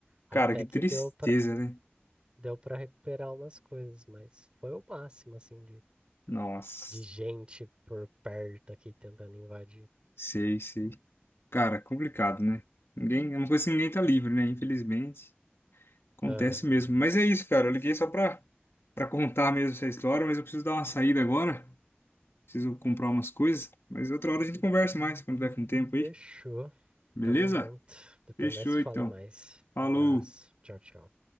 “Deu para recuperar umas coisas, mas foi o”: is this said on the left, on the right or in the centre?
Right